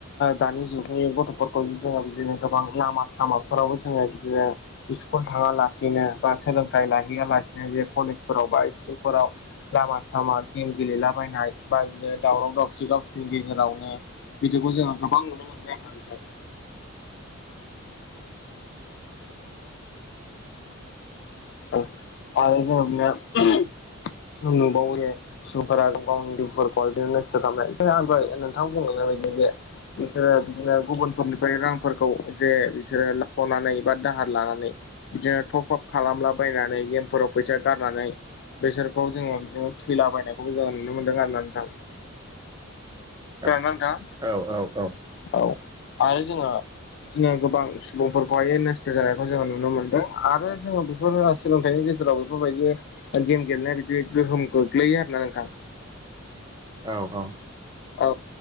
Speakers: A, on the left; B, on the right.
A: दानि जुगनि गथ'फोरखौ जोङो बिदिनो गोबां लामा सामाफोरावबो जोङो बिदिनो स्कुल थाङालासिनो बा सोलोंथाइ लाहैया लासिनो बे कलेजफोराव बा स्कुलफोराव लामा सामा गेम गेलेलाबायनाय बायलो दावराव दावसि गावसिनि गेजेरावनो बिदिखौ जोङो गोबां नुनो मोनबाय आरो नोंथां औ आरो जोबनायाव नुबावो सुबुंफोरा गावनि दुखफोरखौ बिदिनो नस्थ' खालामनाय जों आं दहाय नोंथांनो बुंलांनाय बायदि जे बिसोरो बिदिनो गुबुनफोरनिफ्राय रांफोरखौ जे बिसोरो लाख'नानै बा दाहार लानानै बिदिनो टपआप खालामलाबायनानै गेमफोराव फैसा गारनानै बेसोरखौ जोङो बिदिनो थैलाबायनायखौबो जोङो नुनो मोनदों आरो नोंथां खोनादों
B: औ
A: ना नोंथां
B: औ औ औ
A: औ आरो जोङो बिदिनो गोबां सुबुंफोरखौहाय नस्थ' जानायखौ जोङो नुनो मोनदों आरो जोङो बेफोर सोलोंथाइनि गेजेराव बेफोरबायदि गेम गेलेनाया बिदि गोहोम गोग्लैयो आरोना नोंथां
B: औ औ
A: औ